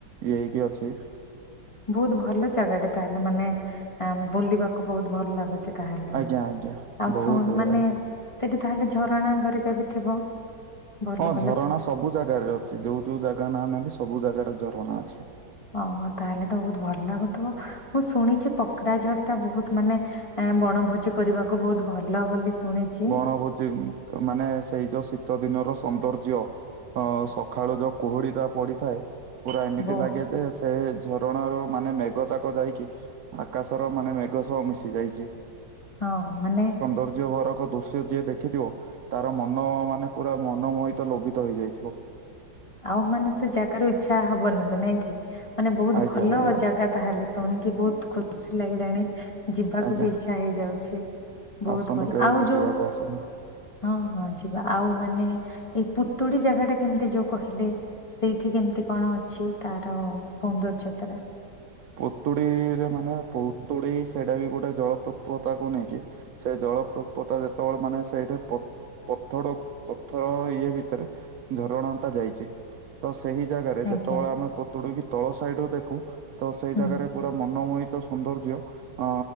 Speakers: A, on the right; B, on the left.
A: ଇଏ ହେଇକି ଅଛି।
B: ବହୁତ ଭଲ ଜାଗାଟା ତାହେଲେ ମାନେ ବୁଲିବାକୁ ବହୁତ ଭଲ ଲାଗୁଚି। ତାହେଲେ
A: ଆଜ୍ଞା ଆଜ୍ଞା
B: ଆଉ
A: ବହୁତ
B: ଶୁଣ
A: ବଢିଆ
B: ମାନେ
A: ହେଇ
B: ସେଠି ତାହେଲେ ଝରଣା ଗରିକା ବି ଥିବ? ଭଲ
A: ହଁ
B: ଭଲ
A: ଝରଣା ସବୁ ଜାଗାରେ ଅଛି ଯୋଉ ଯୋଉ ଜାଗା ନା ନେଲି ସବୁ ଜାଗାରେ ଝରଣା ଅଛି।
B: ଓ ତାହେଲେ ତ ବହୁତ ଭଲ ଲାଗୁଥିବ। ମୁଁ ଶୁଣିଛି ପକଡା ଝର ଟା ବହୁତ ମାନେ ବଣଭୋଜି କରିବାକୁ ବହୁତ ଭଲ ବୋଲି ଶୁଣିଛି।
A: ହଭୋ ଜିମୁ ମାନେ ସେଇ ଯୋଉ ଶୀତ ଦିନର ସୌନ୍ଦର୍ଯ୍ୟ ହଁ ସକାଳୁ ଯୋଉ କୁହୁଡି ତା ପଡିଥାଏ ପୁରା ଏମିତି
B: ବୋ
A: ଲାଗେ ଯେ ସେ ଝରଣାରୁ ମାନେ ମେଘଯାକ ଯାଇକି ଆକାଶର ମାନେ ମେଘ ସହ ମିଶି ଯାଇଛି।
B: ହଁ ମାନେ
A: ର୍ଯ୍ୟ ଭରକ ଦୃଶ୍ୟ ଯିଏ ଦେଖିଥିବ ତାର ମନ ମାନେ ପୁରା ମନମୋହିତ ଲୋଭିତ ହେଇଯାଇଥିବ।
B: ଆଉ ମାନେ ସେ ଜାଗାରୁ ଇଚ୍ଛା ହବନି ବି ନାଇଁ କି ମାନେ ମାନେ ବହୁତ
A: ଆଜ୍ଞା
B: ଭଲ
A: ଆଜ୍ଞା
B: ଜାଗା ତାହେଲେ ଶୁଣିକି ବହୁତ ଖୁସି ଲାଗିଲାଣି ଯିବାକୁ
A: ଆଜ୍ଞା
B: ବି ଇଛା ହେଇଯାଉଛି। ବହୁତ
A: ଆସନ୍ତୁ
B: ଭଲ
A: କେବେ
B: ଆଉ
A: ବୁଲିବାକୁ
B: ଯୋଉ
A: ଆସନ୍ତୁ।
B: ହଁ ହଁ ଯିବା ଆଉ ମାନେ ଏଇ ପୁତୁଡି ଜାଗା ଟା କେମିତି ଯୋଉ କହିଲେ ସେଇଠି କେମିତି କଣ ଅଛି ତାର ସୌନ୍ଦର୍ଯ୍ୟତା ଟା
A: ପୁତୁଡିରେ ମାନେ ପୁତୁଡି ସେଇଟା ବି ଗୋଟେ ଜଳପ୍ରପତାକୁ ନେଇକି, ସେ ଜଳପତା ଯେତେବେଳେ ମାନେ ସେଇଠ ପ ପଥର ପଥର ଇଏ ଭିତରେ ଝରଣା ଟା ଯାଇଛି। ତ ସେଇ ଜାଗାରେ ଯେତେବେଳେ
B: ଆଜ୍ଞା
A: ଆମେ ପୋତୁଡୁ କିି ତଳ ସାଇଡ ରୁ ଦେଖୁ ତ ସେଇ
B: ହୁଁ।
A: ଜାଗାରେ ପୁରା ମନମୋହିତ ସୌନ୍ଦର୍ଯ୍ୟ। ଅ